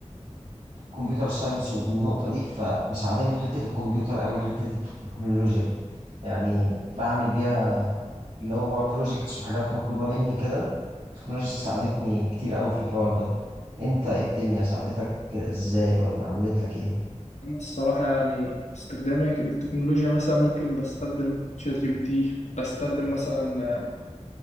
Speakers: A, on the right; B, on the left.
A: كمبيوتر ساينس والنقطة دي فمساعداني في حتة الكمبيوتر قوي حتة التكنولوجيا دي يعني بعمل بيها اللي هو بروجيكتس وحاجات مطلوبة مني كده التكنولوجيا ساعدتني كتير قوي في الحوار ده انت ايه الدنيا ساعدتك ازاي ولا عملت لك ايه؟
B: انا الصراحة يعني استخدامي للتكنولوجيا مثلا ممكن بستخدم شات جي بي تي بستخدم مثلا